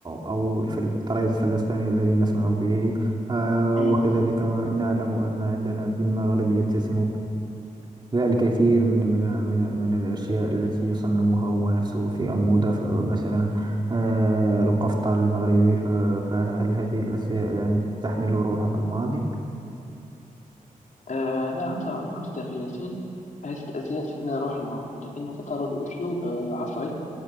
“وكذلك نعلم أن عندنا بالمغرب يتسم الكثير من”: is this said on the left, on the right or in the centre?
Right